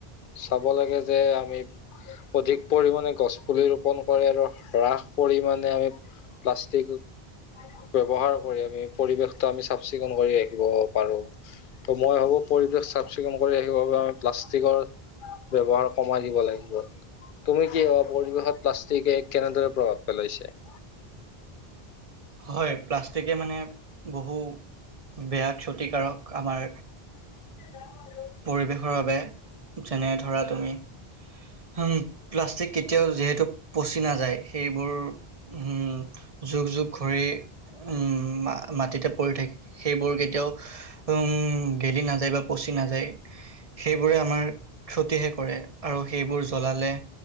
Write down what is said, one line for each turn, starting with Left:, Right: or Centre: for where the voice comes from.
Left: চাব লাগে যে আমি অধিক পৰিমণে গছ পুলি ৰোপন কৰে আৰু ৰাস পৰিমণ তা আমি প্লাষ্টিক ব্যৱহাৰ কৰি আমি পৰিৱেশতো আমি চাফ‌-চিকুণ কৰি ৰাখিব পাৰো। ত, মই ভাবো পৰিৱেশ চাফ-চিকুণ কৰি ৰাখিব বাবে আমি প্লাষ্টিকৰ ব্যৱহাৰ কমাই দিব লাগিব। তুমি কি ভাবা পৰিৱেশত প্লাষ্টিকে কেনেদৰে প্ৰভাৱ পেলাইছে।
Right: হয় প্লাষ্টিকে মানে বহু বেয়া ক্ষতিকাৰক আমাৰ
Left: <inaudible>
Right: পৰিৱেশৰ বাবে যেনে ধৰা তুমি উম, প্লাষ্টিক কেতিয়াও যিহেতু নাযায়, সেইবোৰ হ'ম যুগ যুগ ঘুৰি উম, মা মাটিতে পৰি থাকে, সেইবোৰ কেতিয়াও উম, গেলি নাযায় বা পচি নাযায় সেইবোৰে আমাৰ ক্ষতিহে কৰে আৰু সেইবোৰ জ্বলালে